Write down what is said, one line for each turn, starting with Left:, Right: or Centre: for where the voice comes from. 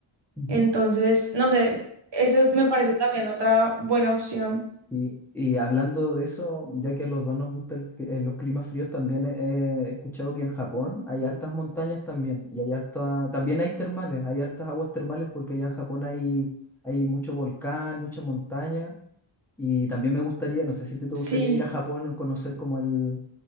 Centre: Ujú.
Right: entonces, no sé, eso me parece también otra buena opción.
Centre: Y, y hablando de eso, ya que a los dos nos gustan los climas fríos, también he, he escuchado que en Japón hay hartas montañas también, y hay harta, también hay termales, hay hartas aguas termales porque allá en Japón hay, hay mucho volcán, mucha montaña, y también me gustaría, no sé si te, te
Right: Sí.
Centre: gustaría ir a Japón a conocer como el,